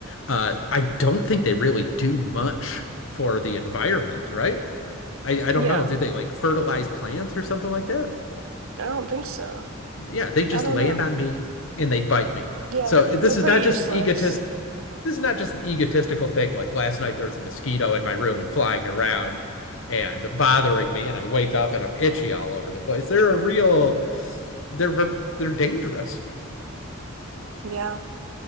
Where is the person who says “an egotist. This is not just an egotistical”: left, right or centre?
Left